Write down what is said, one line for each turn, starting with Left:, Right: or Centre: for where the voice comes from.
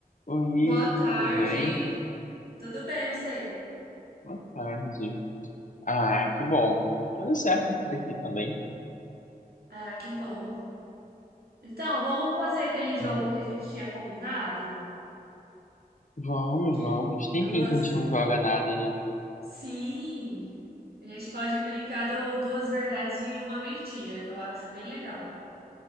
Left: Oi,
Right: Boa tarde.
Left: tudo bem?
Right: Tudo bem, você?
Left: Boa tarde. Ah, que bom. Tudo certo por aqui também.
Right: Ah, que bom. Então, vamos fazer aquele jogo
Left: É,
Right: que a gente tinha combinado?
Left: vamos,
Right: De
Left: vamos.
Right: duas.
Left: Tem fim que a gente não joga nada, né?
Right: Sim, a gente pode brincar do duas verdades e uma mentira, que eu acho bem legal.